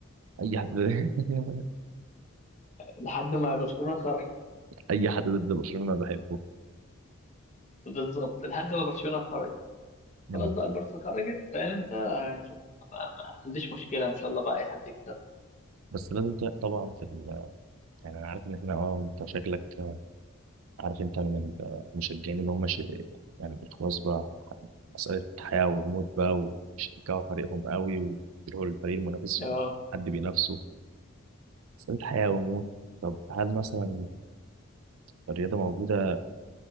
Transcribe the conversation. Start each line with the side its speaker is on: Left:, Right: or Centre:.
Right: أي حد <laughs>
Left: لحد ما برشلونة خرجت
Right: أي حد ضد برشلونة أنا بحبه
Left: بالظبط لحد ما برشلونة خرجت
Right: نعم
Left: خلاص بقى البارسا خرجت فاهم انت ما, ما عنديش مشكلة ان شاء الله بقى اي حد يكسب
Right: بس لازم ت- طبعا في ال... يعني أنا عارف إن إحنا اه أنت شكلك آه، عارف أنت من المشجعين اللي هم ش... يعني خلاص بقى مسألة حياة وموت بقى وشجعوا فريقهم قوي ويروحوا للفريق المنافس
Left: اه
Right: عشان حد بينافسه مسألة حياة وموت طب هل مثلا الرياضة موجودة